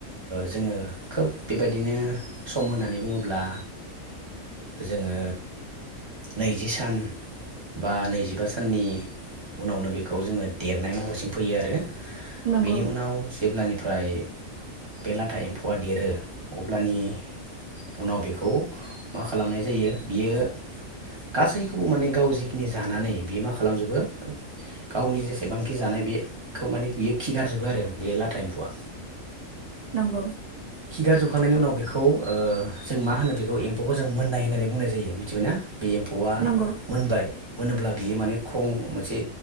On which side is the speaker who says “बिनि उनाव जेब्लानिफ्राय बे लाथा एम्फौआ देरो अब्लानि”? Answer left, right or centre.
Right